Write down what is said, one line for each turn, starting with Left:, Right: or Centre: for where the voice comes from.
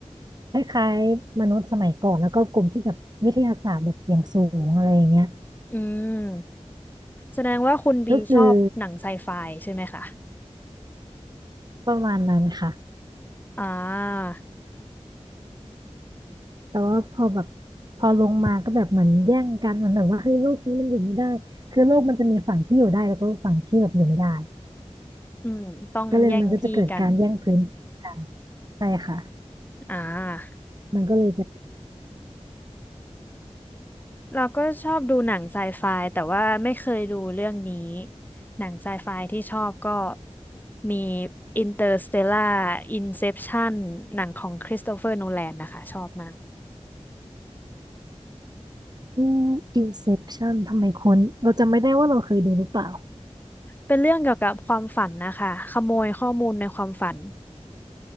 Right: คล้ายๆมนุษย์สมัยก่อนแล้วก็กลุ่มที่แบบวิทยาศาสตร์แบบอย่างสูงอะไรอย่างเงี้ย
Left: อืมแสดงว่าคุณบีชอบหนังไซไฟใช่ไหมคะ
Right: ก็คือประมาณนั้นค่ะ
Left: อ่า
Right: แต่ว่าพอแบบพอลงมาก็แบบเหมือนแย่งกันเหมือนแบบว่าเฮ้ยโลกนี้มันอยู่ไม่ได้คือโลกมันจะมีฝั่งที่อยู่ได้แล้วก็ฝั่งที่แบบอยู่ไม่ได้
Left: อืมต้องแย่งที่กัน
Right: ก็เลยมันก็จะเกิดการแย่งพื้นที่กันใช่ค่ะ
Left: อ่า
Right: มันก็เลยจะ
Left: เราก็ชอบดูหนังไซไฟแต่ว่าไม่เคยดูเรื่องนี้หนังไซไฟที่ชอบก็มี Interstellar Inception หนังของคริสโตเฟอร์โนแลนนะคะชอบมาก
Right: อืม Inception ทำไมคุ้นเราจำไม่ได้ว่าเราเคยดูหรือเปล่า
Left: เป็นเรื่องเกี่ยวกับความฝันนะคะขโมยข้อมูลในความฝัน